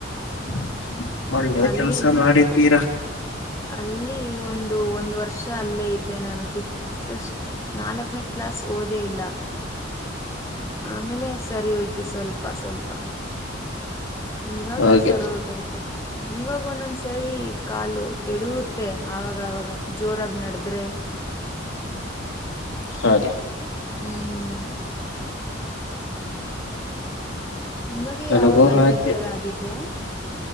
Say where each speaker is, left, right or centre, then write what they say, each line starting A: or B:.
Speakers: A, on the left; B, on the left.
A: ಹ ಒಳ್ಳೆ
B: ಅಲ್ಲಿ
A: ಕೆಲ್ಸ ಮಾಡಿತೀರಾ
B: ಅಲ್ಲಿ ಒಂದು ಒಂದ್ ವರ್ಷ ಅಲ್ಲೇ ಇದ್ದೆ ನಾನು ಫಿಫತ್ ನಾಲ್ಕನೇ ಕ್ಲಾಸ್ ಓದೇ ಇಲ್ಲ ಆಮೇಲೆ ಸರಿ ಹೋಯ್ತು ಸ್ವಲ್ಪ ಸ್ವಲ್ಪ ಇವಾಗ
A: ಹಾಗೆ
B: ಸರ ಹೋಗೈತೆ ಇವಾಗ ಒಂದೊಂದ್ಸರಿ ಕಾಲು ಎಡೂತ್ತೆ ಆವಾಗವಾಗ ಜೋರಾಗಿ ನಡದ್ರೆ
A: ಹಾಗೆ
B: ಹ್ಮ್ ನಿಮಗೆ
A: ನನಗೂ
B: ಯಾವಾಗಾದ್ರೂ
A: ಹಾಗೆ
B: ಈ ತರ ಆಗಿದ್ಯಾ